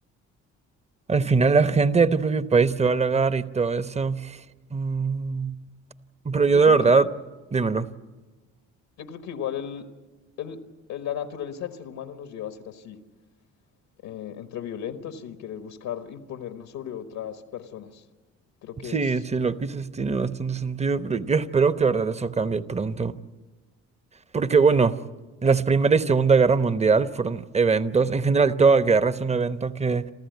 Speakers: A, on the right; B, on the left.
A: al final la gente de tu propio país te va a halagar y todo eso. Mm, pero
B: Yo
A: yo de
B: creo
A: verdad,
B: que
A: dímelo.
B: Yo creo que igual el, el- el- la naturaleza del ser humano nos lleva a ser así, eh, entre violentos y querer buscar imponernos sobre otras personas. Creo que
A: Sí,
B: es
A: sí, lo que dices tiene bastante sentido, pero yo espero que de verdad eso cambie pronto. Porque bueno, las Primera y Segunda Guerra Mundial fueron eventos, en general toda guerra es un evento que